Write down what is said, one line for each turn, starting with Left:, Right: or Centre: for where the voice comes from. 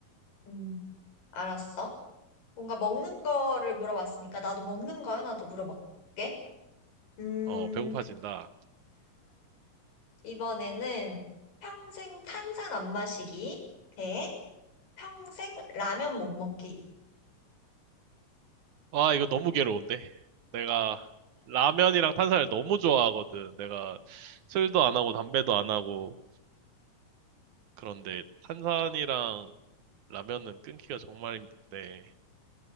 Left: 음, 알았어. 뭔가 먹는 거를 물어봤으니까 나도 먹는 거 하나 더 물어볼게. 음,
Right: 어, 배고파진다.
Left: 이번에는 평생 탄산 안 마시기 대 평생 라면 못 먹기.
Right: 와, 이거 너무 괴로운데? 내가 라면이랑 탄산을 너무 좋아하거든. 내가 술도 안 하고 담배도 안 하고. 그런데 탄산이랑 라면은 끊기가 정말 힘든데.